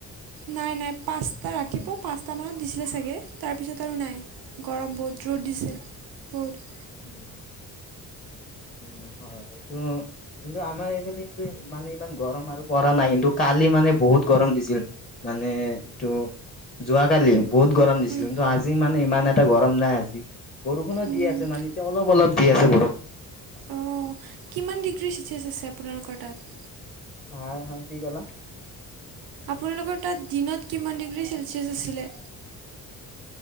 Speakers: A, on the right; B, on the left.
A: নাই, নাই। পাঁচটা, ৰাতিপুৱা পাঁচটা মানত দিছিলে চাগে। তাৰপিছত আৰু নাই। গৰম বহুত ৰ'দ দিছে, বহুত।
B: উম। উম, হয়। এইটো কিন্তু আমাৰ এইফালে কিন্তু মানে ইমান গৰম আৰু পৰা নাই, কিন্তু কালি মানে বহুত গৰম দিছিল, মানে এইটো যোৱাকালি। বহুত গৰম দিছিল।
A: উম,
B: কিন্তু আজি মানে ইমান এটা গৰম নাই আজি। বৰষুণো
A: উম,
B: দি আছে মানে এ অলপ অলপ দি আছে বৰষুণ।
A: অ', কিমান ডিগ্ৰী চেলচিয়াছ আছে আপোনালোকৰ তাত?
B: হা, হা, কি ক'লা?
A: আপোনালোকৰ তাত দিনত কিমান ডিগ্ৰী ছেলচিয়াছ আছিলে?